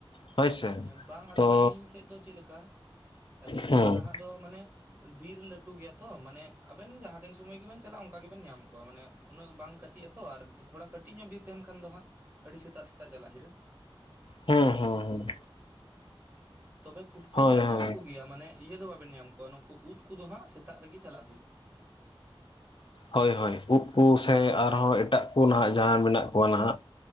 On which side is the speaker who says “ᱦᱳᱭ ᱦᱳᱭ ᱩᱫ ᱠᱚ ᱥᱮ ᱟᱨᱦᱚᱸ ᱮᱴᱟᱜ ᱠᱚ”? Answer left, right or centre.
Left